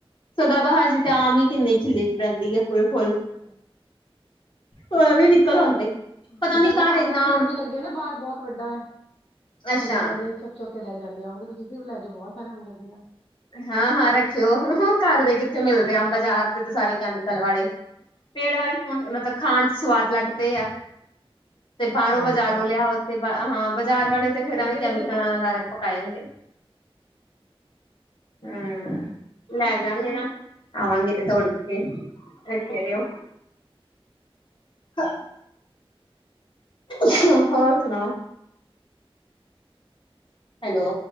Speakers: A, on the left; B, on the left.
A: ਸਦਾਬਹਾ ਜ ਤੇ ਆਮ ਹੀ ਕਿੰਨੀ ਖਿੱਲੀ ਰਹਿੰਦੀ ਹੈ ਫੁੱਲ ਫੁੱਲ
B: ਹਮ
A: ਸ ਵੀ ਨਿਕਲ ਆਉਂਦੇ
B: ਹਾਂ
A: ਪਤਾ
B: ਸਾਡਾ
A: ਨੀ ਘਰ
B: ਆਮ
A: ਇੰਨਾ
B: ਦਾ ਭੇੜ ਵੀ ਲੱਗਿਆ ਨਾ ਬਾਹਰ ਬਹੁਤ ਬਹੁਤ ਵੱਡਾ ਹੈ
A: ਅੱਛਾ
B: ਆਂਡੇ ਗੁਆਂਢੀਆਂ ਛ ਚੌਕੇ ਲੈ ਜਾਂਦੇ ਆਓਾਂਗੇ ਤੁਸੀ ਤੁਸੀ ਵੀ ਲੈ ਜਾਓ ਬਹੁਤ ਸਾਰੇ ਆਉਣ ਲੱਗੇ ਆ
A: ਹਾਂ ਹਾਂ ਰੱਖਿਓ ਘਰ ਦੇ ਕਿੱਥੇ ਮਿਲਦੇ ਆ ਬਾਜ਼ਾਰ ਦੇ ਸਾਰੇ ਕੈਮੀਕਲ ਵਾਲੇ ਪੇੜ ਬੇ ਸੋਹਣ ਮਤਲਬ ਖਾਣ ਚ ਸਵਾਦ ਲੱਗਦੇ ਆ ਤੇ
B: ਹਾਂਜੀ
A: ਬਾਹਰੋਂ ਬਜ਼ਾਰੋਂ ਲਿਆ ਉੱਥੇ ਹਾਂ ਬਾਜ਼ਾਰ ਵਾਲੇ ਤੇ ਫੇਿਰ
B: ਬੇਟੇ
A: ਐਵੇ
B: ਮੇਰੇ
A: ਕੈਮੀਕਲ
B: ਨਾਲ
A: ਪਕਾਏ ਜਾਂਦੇ ਹਮ ਲੈ ਜਾਾਂਗੇ ਨਾ ਆਵਾਂਗੇ ਤੇ ਤੋੜ ਕੇ ਰੱਖੇ ਰਓ ਹ ਹੋਰ ਸੁਣਾ ਹੈਲੋ